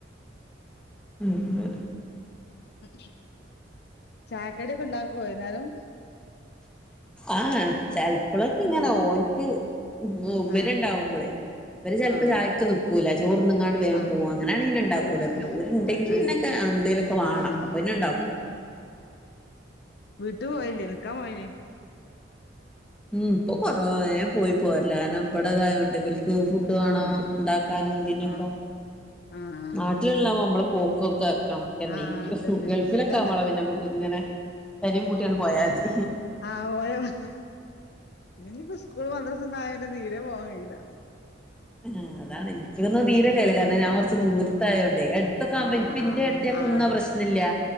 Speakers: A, in the centre; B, on the left (about 60°).
A: ഉെ
B: ഉ ചാക്കടി ഒക്കെ ഉണ്ടാക്കുവോ എന്നുന്നാലും
A: ആഹ ചിലപ്പോളൊക്കെ ഇങ്ങനെ
B: ഉം
A: ഓനിക്ക് ഉ ഉപരിണ്ടാവുമ്പോളെ
B: ആഹ്
A: ഇ ചിലപ്പോ
B: ആഹ്
A: ചായക്ക് നക്കൂല ചോർന്നങ്ങാണ്ട് വേ
B: ആഹ്
A: പോകും അങ്ങനാണെങ്ങനെ ഉണ്ടാക്കൂല
B: പോവ
A: പിന്നെ ഒരുണ്ടെങ്കിൽ
B: ആഹ്
A: ഇന്നക്ക എന്തേലൊക്കെ വേണം
B: ആഹ്
A: അപ്പൊ പിന്നെ ഇണ്ടാക്കും
B: വീട്ടു പോയില്ലേ നിനക്കാൻ പോയില്േ
A: ഉം ഇപ്പൊ കൊറവ വേം പോയി പോരലാ കാരണം ഇവിടെതായോണ്ട ഇവൽക്ക് ഫുഡ് വേണോ
B: ആഹ്
A: ഉണ്ടാക്കാനോ ഇന്തിനൊക്കെ
B: ആഹ് ആഹ്
A: നാട്ടിലഉുള്ളാവോ നമ്മള പോക്കൊക്കെ കണക്കെന്നായ്ക്കും
B: ആഹ് അതന്നെ
A: ഗൾഫിലൊക്കെ
B: അതന്നെ
A: ആവുമ്പോള പിന്നെ നമ്മുക്ക് ഇങ്ങനെ പേരിം പൂട്ടി അങ്ങട്ട് പോയാതി
B: ആ പോയമതി ഇനിപ്പോ സ്കൂൾ മദ്രസന്നും ആയ പിന്നെ തീരെ പോവാാൻ കഴിയില്ല
A: ആ അതാണ് ൻക്കൊന്നും
B: ഉം
A: തീരെ കയ്യില്ല കാരണം ഞാൻ കുറച്ചു ദൂരത്തായോണ്ടേ എടുത്തൊക്കെ ആവുമ്പോ
B: ആഹ് ആഹ്
A: ന്റെ ഏടത്തിയൊക്കൊന്നും
B: ആഹ്
A: ആ പ്രശ്നല്ല്യ